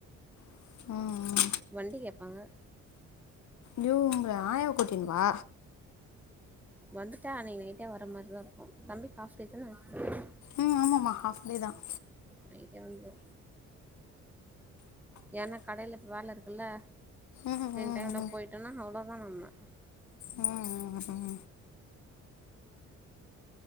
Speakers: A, on the left; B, in the centre.
A: ம் ம்
B: வண்டி கேப்பாங்க
A: வ்ங்க ஆயவ கூட்டின்வா
B: வந்துட்டா அன்னைக்கு நைட்டே வர்ர மாதிரிதான் இருக்கும் தம்பி ஹாஃப் டே தான‌ ஸ்கூலு
A: உம் ஆமாம்மா ஹாஃப் டே தான்
B: நைட்டே வந்துரு ஏனா கடையிலப்ப வேலை இருக்குல்ல
A: ம் ம்
B: என் டைம்ல போயிட்டேனா அவ்வளோதான் நம்ம
A: ம் ம் ம்